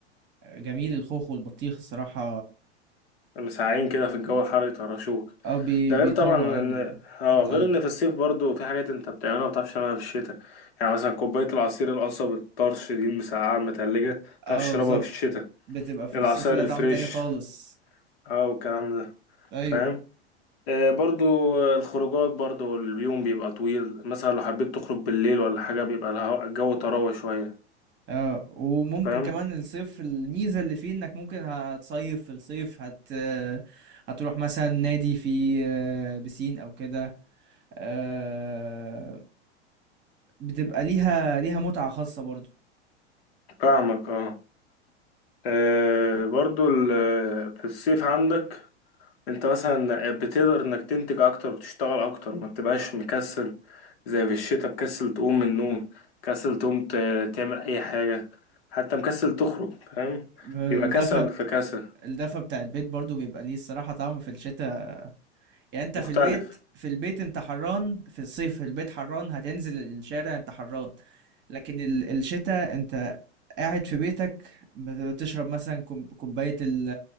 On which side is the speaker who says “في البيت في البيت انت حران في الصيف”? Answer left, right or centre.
Right